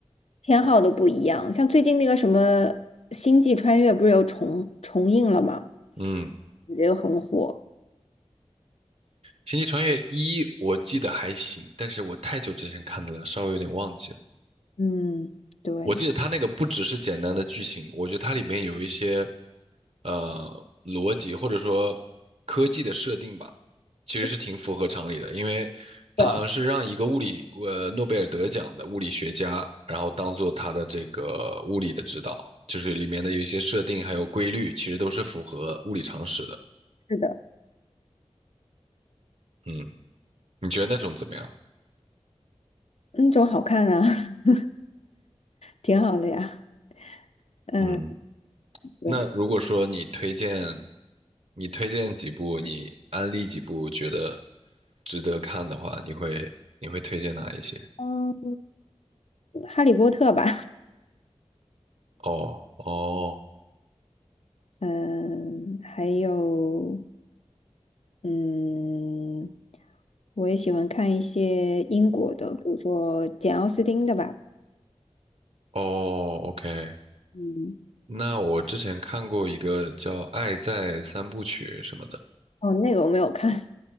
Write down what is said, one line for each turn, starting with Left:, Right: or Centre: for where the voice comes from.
Left: 偏好都不一样。像最近那个什么《星际穿越》不是又重重映了吗？
Right: 嗯，
Left: 也很火。
Right: 《星际穿越一》我记得还行，但是我太久之前看的了，稍微有点忘记了。
Left: 嗯，对。
Right: 我记得它那个不只是简单的剧情，我觉得它里面有一些呃逻辑或者说科技的设定吧，其实是挺符合常理的，
Left: 是。
Right: 因为它好像是让一个物理呃诺贝尔得奖的物理学家，
Left: 对，
Right: 然后当做他的这个物理的指导，就是里面的有一些设定还有规律，其实都是符合物理常识的。
Left: 是的，
Right: 嗯，你觉得那种怎么样？
Left: 那种好看啊，<laughs> 挺好的呀。嗯，
Right: 嗯
Left: 对，
Right: 那如果说你推荐，你推荐几部，你安利几部觉得值得看的话，你会你会推荐哪一些？
Left: 嗯，哈利波特吧，
Right: 哦哦
Left: 嗯，还有，嗯，我也喜欢看一些英国的，比如说简奥斯汀的吧，
Right: 哦，OK。
Left: 嗯，
Right: 那我之前看过一个叫《爱在三部曲》什么的，
Left: 哦，那个我没有看，